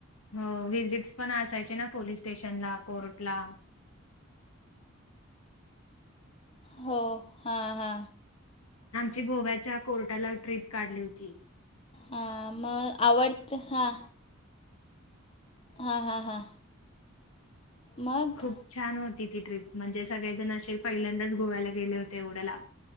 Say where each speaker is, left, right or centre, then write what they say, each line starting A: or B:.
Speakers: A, on the left (about 85°); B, on the left (about 25°).
A: हो व्हजिटस पण असायचे ना पोलीस स्टेशनला कोर्टला.
B: हो हा हा.
A: आमची गोव्याच्या कोर्टाला ट्रिप काढली होती.
B: हां मग आवडत हां. हा हां हां. मग.
A: खूप छान होती ती ट्र्रीप म्हणजे सगळेजण असे पहिल्यांदाच गोव्याला गेले होते एवढ्या लाव.